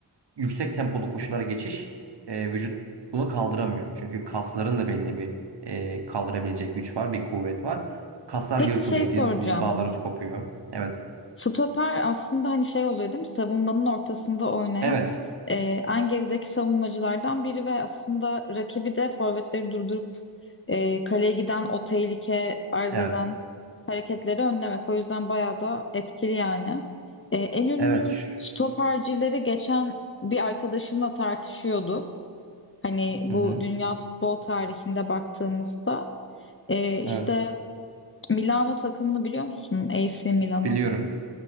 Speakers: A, on the right; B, on the left.
A: yüksek tempolu koşulara geçiş e, vücut bunu kaldıramıyor. Çünkü kasların da belli bir e, kaldırabilecek güç var, bir kuvvet var. Kaslar
B: Peki
A: yırtılıyor,
B: şey soracağım.
A: diz, diz bağları kopuyor. Evet,
B: Stoper aslında hani şey oluyor değil mi? Savunmanın ortasında oynayan
A: evet,
B: e, en gerideki savunmacılardan biri ve aslında rakibi de forvetleri durdurup e, kaleye giden o tehlike arz
A: evet,
B: eden hareketleri önlemek. O yüzden bayağı da etkili yani. E, en ünlü
A: evet. Şu-
B: stopercileri geçen bir arkadaşımla tartışıyorduk. Hani bu
A: Hı hı.
B: dünya futbol tarihinde baktığımızda. Ee, işte
A: Evet,
B: Milano takımını biliyor musun? AC Milan'ı.
A: biliyorum.